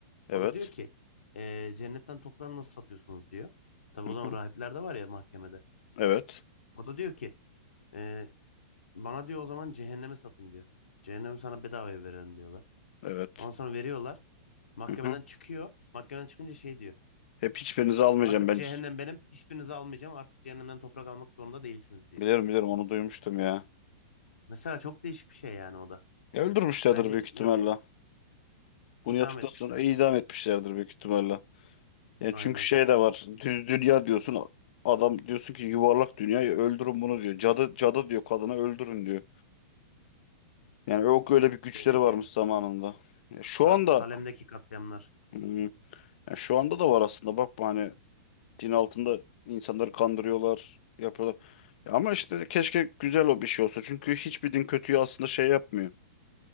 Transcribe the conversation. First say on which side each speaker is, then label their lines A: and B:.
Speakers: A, on the left; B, on the left.
A: Evet.
B: O da diyor ki "Ee, cennetten toprağı nasıl satıyorsunuz diyor. Tabii
A: Hı
B: o zaman
A: hı.
B: rahipler de var ya mahkemede.
A: Evet.
B: O da diyor ki "Ee, bana diyor o zaman cehennemi satın diyor. Cehennemi sana bedavaya verelim diyorlar.
A: Evet.
B: Ondan sonra veriyorlar. Mahkemeden
A: Hı hı.
B: çıkıyor. Mahkemeden çıkınca şey diyor.
A: Hep hiçbirinizi almayacağım
B: Artık
A: ben.
B: cehennem benim. Hiçbirinizi almayacağım. Artık cehennemden toprak almak zorunda değilsiniz diyor.
A: Biliyorum biliyorum onu duymuştum ya.
B: Mesela çok değişik bir şey yani o da.
A: Ya Öldürmüşlerdir
B: Bence
A: büyük ihtimalle.
B: yap idam
A: Bunu yaptıktan
B: etmişlerdir.
A: sonra idam etmişlerdir büyük ihtimalle. Yani
B: Aynen.
A: çünkü şey de var. Düz dünya diyorsun. Adam diyorsun ki yuvarlak dünya öldürün bunu diyor. Cadı cadı diyor kadına öldürün diyor. Yani yok öyle bir güçleri
B: Şeydeki
A: varmış zamanında. Ya şu
B: Sa-
A: anda
B: Salem'deki katliamlar.
A: hmm, ya şu anda da var aslında. Bakma hani Din altında insanları kandırıyorlar, yapıyorlar. Ya ama işte keşke güzel o bir şey olsa. Çünkü hiçbir din kötüyü aslında şey yapmıyor.